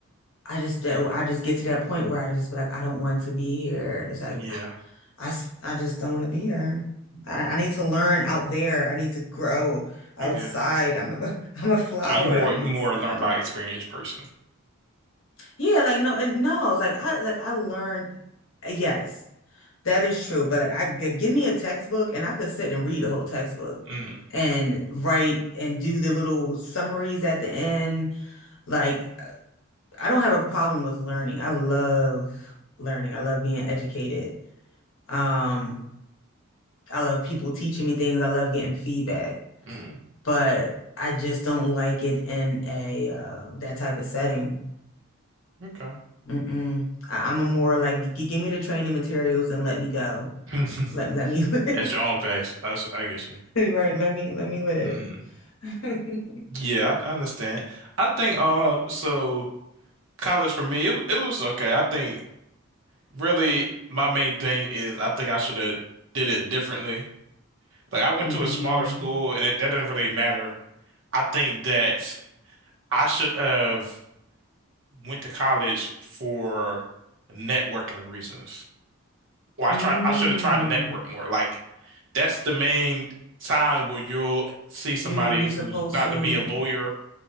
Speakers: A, on the left (about 65°); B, on the right (about 60°).
A: I just I just get to that point where I just be like I don't want to be here. It's like
B: yeah,
A: I, s- I just don't want to be here. I, I need to learn out there. I need to grow outside.
B: I get it.
A: I'm a <laughs> I'm a flower.
B: So you more,
A: I need
B: you more
A: sun.
B: learn by experience person.
A: Yeah, like no, and no, it's like I like I learned. uh, Yes, that is true. But like I g- give me a textbook and I could sit and read a whole textbook
B: Mm,
A: and write and do the little summaries at the end. Like I don't have a problem with learning. I love learning. I love being educated. Um, I love people teaching me things. I love getting feedback,
B: mm.
A: but I just don't like it in a uh, that type of setting.
B: Okay.
A: Mm-mm. I, I'm a more like g- give me the training materials and let me go.
B: <laughs>
A: Let let me <laughs> live.
B: At your own pace. I, s- I get you.
A: Right, let me let me live.
B: Mhm.
A: <laughs>
B: Yeah, I, I understand. I think um so college for me it, w- it was okay. I think really my main thing is I think I should have did it differently. Like I went
A: hmm
B: to a smaller school and it, that doesn't really matter. I think that I should have went to college for networking reasons. Or I
A: Mm.
B: tried, I should have tried to network more. Like that's the main time where you'll see somebody
A: You you're supposed
B: who's about
A: to
B: to be a lawyer